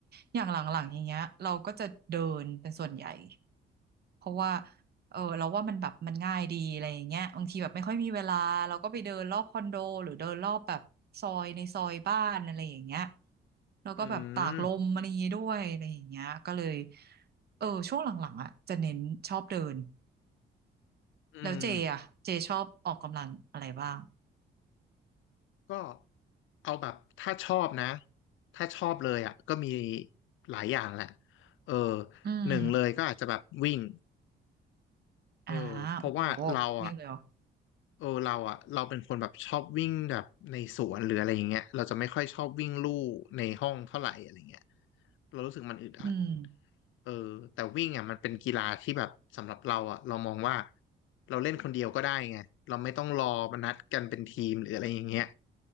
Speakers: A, on the right; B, on the left.
A: อย่างหลังๆอย่างเงี้ยเราก็จะเดินเป็นส่วนใหญ่ เพราะว่าเออเราว่ามันแบบมันง่ายดีอะไรอย่างเงี้ยบางทีแบบไม่ค่อยมีเวลาเราก็ไปเดินรอบคอนโดหรือเดินรอบแบบซอยในซอยบ้านอะไรอย่างเงี้ยแล้วก็แบบตากลมอะไรอย่างงี้ด้วยอะไรอย่างเงี้ยก็เลย
B: อืม
A: เออช่วงหลังๆอ่ะจะเน้นชอบเดิน
B: อืม
A: แล้วเจอ่ะเจชอบออกกำลังอะไรบ้าง
B: ก็ เอาแบบถ้าชอบนะถ้าชอบเลยอ่ะก็มีหลายอย่างแหละเออ
A: อืม
B: หนึ่งเลยก็อาจจะแบบวิ่งเออเพราะว่าเราอ่ะ
A: อ่าโอ้โหวิ่งเลยเหรอ
B: เออเราอ่ะเราเป็นคนแบบชอบวิ่งแบบในสวนหรืออะไรอย่างเงี้ยเราจะไม่ค่อยชอบวิ่งลู่ในห้องเท่าไหร่อะไรเงี้ยเรารู้สึกมันอึดอัด
A: อืม
B: เออแต่วิ่งอ่ะมันเป็นกีฬาที่แบบสำหรับเราอ่ะเรามองว่าเราเล่นคนเดียวก็ได้ไงเราไม่ต้องรอมานัดกันเป็นทีมหรืออะไรอย่างเงี้ย